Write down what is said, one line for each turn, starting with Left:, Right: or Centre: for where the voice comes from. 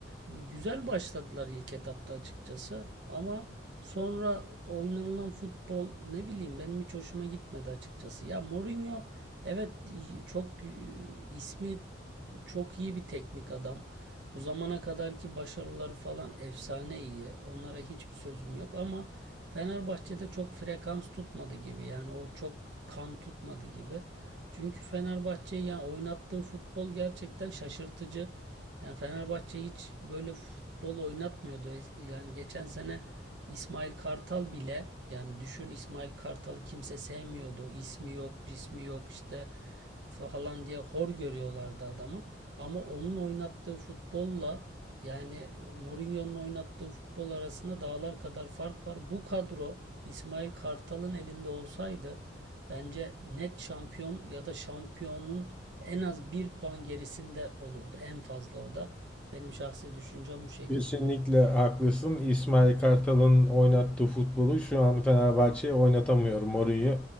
Right: güzel başladılar ilk etapta açıkçası ama sonra oynanılan futbol ne bileyim benim hiç hoşuma gitmedi açıkçası. Ya Mourinho evet çok e, ismi çok iyi bir teknik adam. Bu zamana kadarki başarıları falan efsane iyi. Onlara hiçbir sözüm yok ama Fenerbahçe'de çok frekans tutmadı gibi. Yani o çok kan tutmadı gibi. Çünkü Fenerbahçe'yi yani oynattığı futbol gerçekten şaşırtıcı. Yani Fenerbahçe hiç böyle futbol oynatmıyordu. Yani geçen sene İsmail Kartal bile yani düşün İsmail Kartal'ı kimse sevmiyordu. İsmi yok, cismi yok işte falan diye hor görüyorlardı adamı. Ama onun oynattığı futbolla yani Mourinho'nun oynattığı futbol arasında dağlar kadar fark var. Bu kadro İsmail Kartal'ın elinde olsaydı bence net şampiyon ya da şampiyonun en az bir puan gerisinde olurdu. En fazla o da. Benim şahsi düşüncem bu şekilde.
Centre: Kesinlikle haklısın. İsmail Kartal'ın oynattığı futbolu şu an Fenerbahçe'ye oynatamıyor Mourinho.